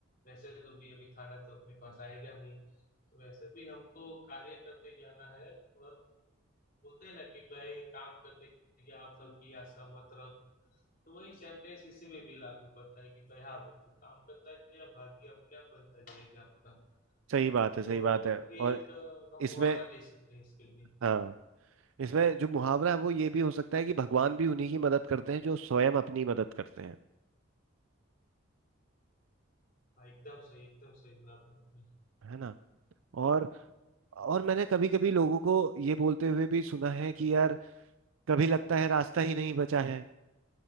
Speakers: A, on the left; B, on the right.
A: वैसे तो भी अभी खाना तो अपने पास आएगा नहीं तो वैसे भी हमको कार्य करते जाना है और बोलते हैं ना कि कई काम करते या फल की आशा मत रख तो वही सेंटेंस इसी में भी लागू पड़ता है कि भाई हाँ भाई तू काम करता जाए भाग्य अपने आप बनता जाएगा आपका
B: सही बात
A: तो
B: है सही बात है
A: ये
B: और
A: एक अ, हम मुहावरा
B: इसमें
A: दे सकते हैं इसके लिए
B: हाँ इसमें जो मुहावरा है वो ये भी हो सकता है कि भगवान भी उन्हीं की मदद करते हैं जो स्वयं अपनी मदद करते हैं
A: हाँ एकदम सही एकदम सही बोला आपने आपने
B: है ना और और मैंने कभी कभी लोगों को ये बोलते हुए भी सुना है कि यार कभी लगता है रास्ता ही नहीं बचा है